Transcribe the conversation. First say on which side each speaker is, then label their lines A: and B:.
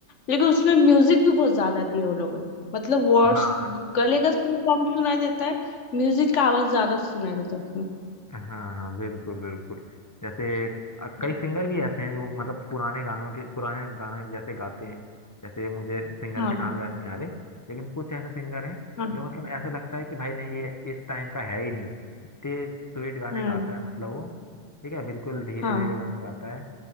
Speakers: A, on the left; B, on the left.
A: लेकिन उसमें म्यूजिक भी बहुत ज्यादा दिए वो लोगों ने मतलब वर्ड्स
B: हाँ
A: गले का सुर कम सुनाई देता है म्यूजिक का आवाज ज्यादा सुनाई देता है उसमें
B: हाँ हाँ बिल्कुल बिल्कुल जैसे अ,
A: हम्म,
B: कई सिंगर भी ऐसे हैं जो मतलब पुराने गानों के पुराने गाने जैसे गाते हैं जैसे मुझे सिंगर
A: हाँ
B: के नाम याद नहीं आ रहे लेकिन कुछ ऐसे सिंगर हैं
A: हाँ
B: जो मतलब ऐसा लगता है कि भाई नहीं ये इस टाइम का है ही नहीं इतने स्वीट गाने
A: हाँ
B: गाता है मतलब वो ठीक है बिल्कुल धीरे
A: हाँ
B: धीरे गाने गाता है